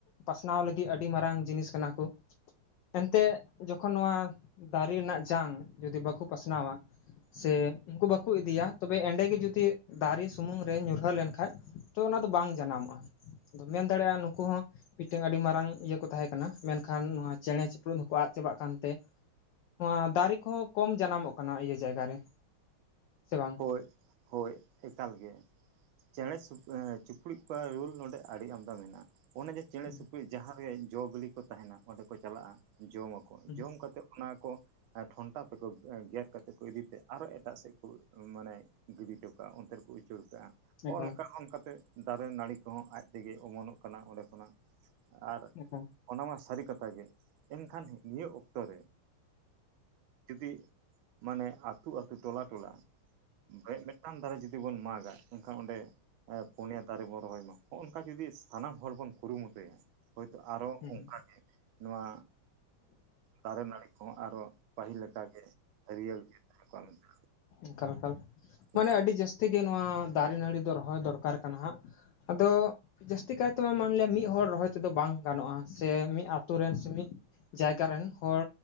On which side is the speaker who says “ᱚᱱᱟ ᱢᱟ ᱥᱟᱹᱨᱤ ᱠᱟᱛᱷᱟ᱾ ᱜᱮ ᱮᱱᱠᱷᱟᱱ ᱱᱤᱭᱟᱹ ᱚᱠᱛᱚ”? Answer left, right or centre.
Right